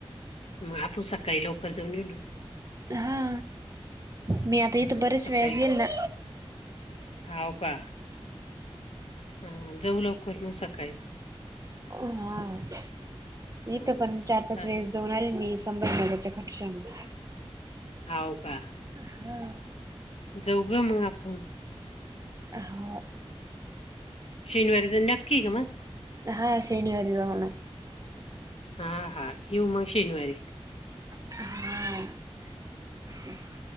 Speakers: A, on the left; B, on the right.
A: मग आपू सकाळी लवकर जाऊन हिंडून!
B: हा मी आता
A: हम्म
B: इथं बरेच
A: सकाळी
B: वेळेस गेली ना
A: हाव का ह जाऊ लवकर म सकाळी
B: हा इथं
A: ह
B: पण चार पाच
A: चालते
B: वेळेस जाऊन आले मी संभाजीनगरच्या ख शाम ला.
A: हाव का.
B: हा.
A: जाऊ ग मग आपण.
B: हा.
A: शनिवारी तर नक्की न मग?
B: हा शनिवारी जाऊ ना.
A: हा हा येऊ मग शनिवारी.
B: हा.